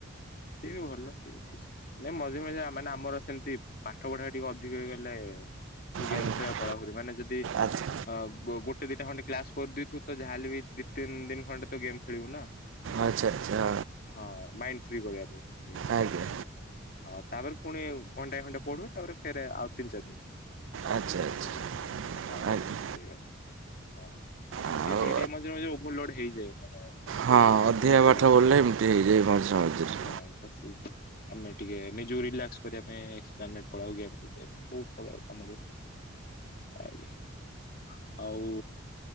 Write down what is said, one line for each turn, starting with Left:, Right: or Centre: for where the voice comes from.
Left: ସିଏ ବି ଭଲ ସିଏ ବି ଖୁସି। ନାଇଁ ମଝିରେ, ମଝିରେ ମାନେ ଆମର ସେମିତି ପାଠ ପଢା ଟିକେ ଅ ଅଧିକ ହେଇ ଗଲେ ଗେମ୍
Right: ଆଜ୍ଞା
Left: ଖେଳିବାକୁ ପଳାଉ ମାନେ ଯଦି
Right: ଆଚ୍ଛା
Left: ଅ ଗୋଟେ ଦିଟା ଖଣ୍ଡେ କ୍ଲାସ କରିଦେଇଥିବୁ ତ ଯାହେଲେ ବି ଦି ତିନି ଦିନ ଖଣ୍ଡେ ତ ଗେମ୍ ଖେଳିବୁ ନା।
Right: ଆଚ୍ଛା ଆଚ୍ଛା।
Left: ହଁ ମାଇଣ୍ଡ ଫ୍ରି କରିବା ପାଇଁ। ଟିକେ।
Right: ଆଜ୍ଞା।
Left: ହଁ ତାପରେ ପୁଣି ଘଣ୍ଟାଏ ଘଣ୍ଟେ ପଢୁ। ତାପରେ ଫେରେ ଆଉ ତିନ ଚାରି ଦିନ।
Right: ଆଚ୍ଛା ଆଚ୍ଛା
Left: ବୁଝିଲ? ହଁ ତ
Right: ଆଜ୍ଞା
Left: ସେଇ ଭଳିଆ। ହଁ ଏମିତି
Right: ଆଉ
Left: ଟିକେ ଟିକେ ମଝିରେ ଓଭରଲୋଡ ହେଇଯାଏ। <inaudible> ସେ
Right: ହଁ ଅଧିକା
Left: ଜିନି ସବୁ
Right: ପାଠ ପଢ଼ିଲେ ଏମିତି ହେଇଯାଏ ମଝିରେ ମଝିରେ।
Left: ହଁ ଆମେ ଟିକେ ନିଜକୁ ରିଲାକ୍ସ କରିବା ପାଇଁ ଏକ୍ସପାନେଟ ପଳାଉ ଗେମ ତ ବହୁତ ପ୍ରକାର କାମ କରୁଛି ଆଜ୍ଞା ଆଜ୍ଞା ଆଉ